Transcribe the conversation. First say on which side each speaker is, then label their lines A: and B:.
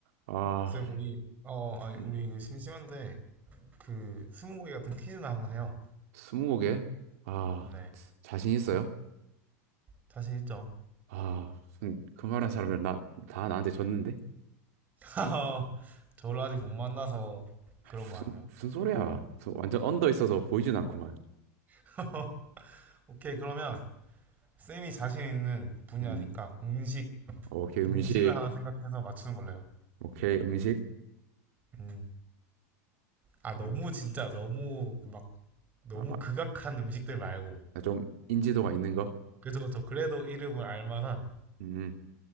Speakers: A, on the right (about 60°); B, on the right (about 20°).
A: 아,
B: 쌤, 우리, 어, 아니,
A: 음,
B: 우리 그 심심한데, 그, 스무고개 같은 퀴즈나 한번 해요.
A: 스무고개? 아,
B: 네.
A: 자신 있어요?
B: 자신 있죠?
A: 아, 무슨 그 말한 사람들 나, 다 나한테 졌는데?
B: <laughs> 저를 아직 못 만나서
A: 아이,
B: 그런
A: 무슨,
B: 거 같네요.
A: 무슨 소리야. 무슨 완전 언더 있어서 보이진 않구만.
B: <laughs> 오케이, 그러면, 쌤이 자신 있는 분야니까,
A: 음,
B: 음식,
A: 오케이, 음식.
B: 음식을 하나 생각해서 맞추는 걸로 해요.
A: 오케이, 음식.
B: 음. 아, 너무
A: 어,
B: 진짜, 너무, 막, 너무
A: 아, 마-
B: 극악한 음식들 말고.
A: 아, 좀 인지도가 있는 거?
B: 그죠, 저 그래도 이름을 알 만한,
A: 음, 음.